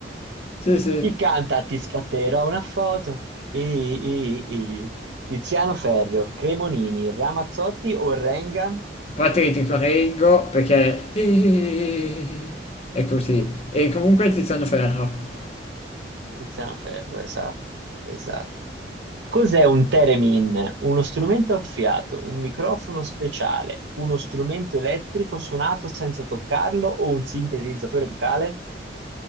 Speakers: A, on the left; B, on the right.
A: Sì, sì. A
B: Chi canta Ti scatterò una foto? I, i, i. Tiziano Ferro, Cremonini, Ramazzotti o Renga?
A: parte che ti correggo perché... <laughs> È così. E comunque Tiziano Ferro.
B: Tiziano Ferro, esatto, esatto. Cos'è un theremin? Uno strumento a fiato, un microfono speciale, uno strumento elettrico suonato senza toccarlo o un sintetizzatore vocale?